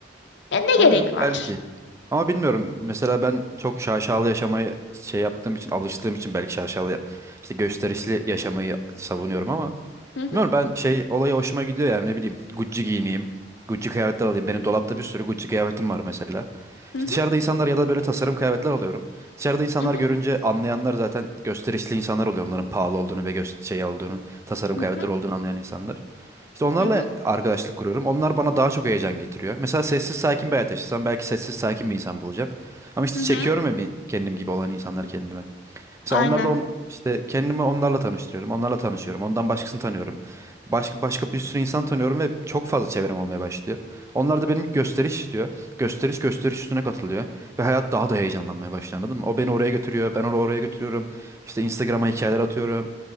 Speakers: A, on the left; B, on the right.
A: Ya ne
B: Ha,
A: gerek var?
B: belki. Ama bilmiyorum. Mesela ben çok şaşalı yaşamayı şey yaptığım için, alıştığım için belki şaşalı işte gösterişli yaşamayı savunuyorum ama
A: Hı hı
B: bilmiyorum ben şey olaya hoşuma gidiyor yani ne bileyim Gucci giyineyim. Gucci kıyafetler alayım. Benim dolapta bir sürü Gucci kıyafetim var mesela.
A: hı
B: İşte
A: hı
B: dışarıda insanlar ya da böyle tasarım kıyafetler alıyorum. Dışarıda insanlar
A: hı
B: görünce anlayanlar zaten gösterişli insanlar oluyor. Onların pahalı olduğunu ve gös- şey olduğunu, tasarım
A: hı
B: kıyafetler
A: hı
B: olduğunu anlayan insanlar. İşte onlarla
A: hı hı
B: arkadaşlık kuruyorum. Onlar bana daha çok heyecan getiriyor. Mesela sessiz sakin bir hayat yaşasam belki sessiz sakin bir insan bulacağım. Ama işte
A: hı
B: çekiyorum ya bir kendim gibi olan insanları kendime. Mesela
A: Aynen.
B: onlar da on, işte kendimi onlarla tanıştırıyorum. Onlarla tanışıyorum. Ondan başkasını tanıyorum. Başka başka bir sürü insan tanıyorum ve çok fazla çevrem olmaya başlıyor. Onlar da benim gösteriş istiyor. Gösteriş gösteriş üstüne katılıyor. Ve hayat daha da heyecanlanmaya başlıyor anladın mı? O beni oraya götürüyor. Ben onu oraya götürüyorum. İşte Instagram'a hikayeler atıyorum.